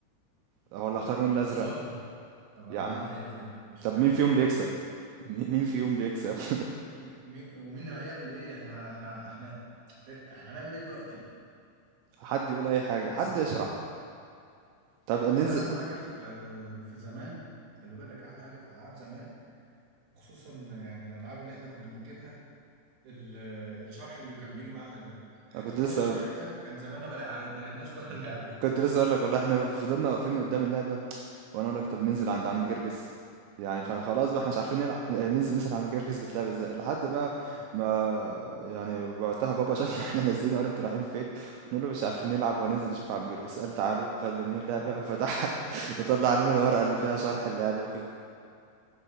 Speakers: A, on the right (about 80°); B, on the right (about 50°).
A: ولا اختار اللون الازرق
B: وظهر طب انا
A: يعني
B: عامل ايه طيب مش
A: طب
B: فاهم
A: مين فيهم بيكسب مي- مين فيهم بيكسب <laughs>
B: م... مين ومين هيعمل ايه احنا احنا احنا إيه، احنا هنعمل ايه دلوقتي
A: حد يقول اي حاجة
B: بس
A: حد يشرح طب
B: بس
A: ننزل
B: احلى حاجه في في زمان خلي بالك احلى حاجه في العاب زمان وخصوصا يعني الالعاب اللي احنا كنا بنجيبها ال- الشرح اللي كان بيجي معاها ده احنا
A: أنا كنت
B: لولا
A: لسه
B: الشرح ده كان زماننا ما لع- ما لعبناش ولا لعبه
A: كنت لسه اقول لك والله احنا فضلنا واقفين قدام اللعبة وانا اقول لك طب ننزل عند عم جرجس يعني خ- خلاص بقى احنا مش عارفين نلعب ن- ننزل نسأل عم جرجس بتلعب ازاي لحد بقى ما يعني وقتها بابا شافنا <laughs> احنا نازلين وقال انتوا رايحين فين نقول له مش عارفين نلعب وهننزل نشوف عم جرجس قال تعالوا خد مننا
B: <laughs>
A: اللعبة وفتحها <laughs> وطلع علينا الورقة اللي فيها شرح اللعبة وكده